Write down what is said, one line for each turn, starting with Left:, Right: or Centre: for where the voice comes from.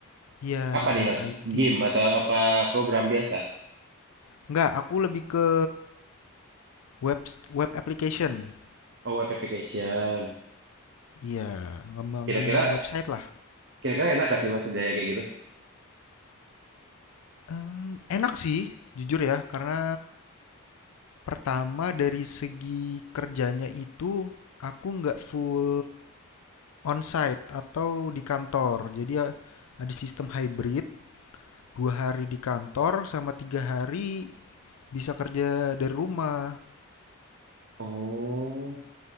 Left: iya
Right: Apa
Left: di bidang
Right: nih Mas?
Left: IT
Right: Game atau apa program biasa?
Left: Enggak, aku lebih ke web web application
Right: Oh, web application.
Left: Iya, ngembangin
Right: Kira-kira
Left: website lah.
Right: kira-kira enak gak sih Mas kerjanya kayak gitu?
Left: Mmm, enak sih, jujur ya, karena pertama dari segi kerjanya itu aku nggak full onsite atau di kantor. Jadi ya ada sistem hybrid, 2 hari di kantor sama 3 hari bisa kerja dari rumah.
Right: Oh,